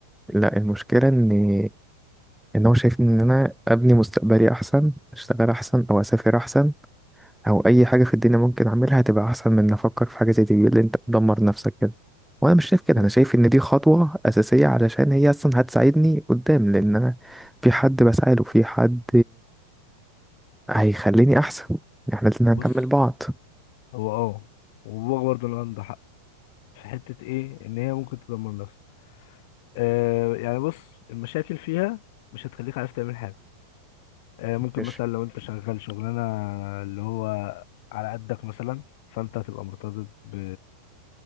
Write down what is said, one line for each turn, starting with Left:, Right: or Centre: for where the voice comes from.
Centre: لا المشكلة إن إن هو شايف إن أنا أبني مستقبلي أحسن أشتغل أحسن أو أسافر أحسن أو أي حاجة في الدنيا ممكن أعملها هتبقى أحسن من إن أفكر في حاجة زي دي بيقول لي أنت بتدمر نفسك كده وأنا مش شايف كده
Left: بص
Centre: أنا شايف إن دي خطوة أساسية علشان هي أصلا هتساعدني قدام لأن أنا في حد بسعى له في حد هيخليني أحسن إحنا لازم نكمل
Left: بص
Centre: بعض
Left: هو اه وباباك برضه اللي عنده حق في حته ايه ان هي ممكن تدمر نفسك آه، يعني بص المشاكل فيها مش هتخليك عارف تعمل حاجة آه، ممكن
Centre: ماشي
Left: مثلا لو انت شغال شغلانة اللي هو على قدك مثلا فانت هتبقى مرتبط ب...